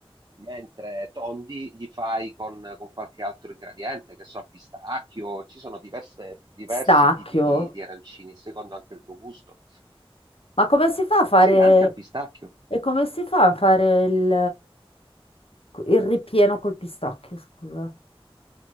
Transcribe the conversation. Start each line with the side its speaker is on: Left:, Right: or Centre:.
Right: mentre tondi li fai con, con qualche altro ingrediente, che so, al pistacchio, ci sono diverse- diversi
Left: Stacchio.
Right: tipi di, di arancini, secondo anche il tuo gusto.
Left: Ma come si fa a fare...
Right: Sì, anche al pistacchio.
Left: E come si fa a fare il, il ripieno col pistacchio, scusa?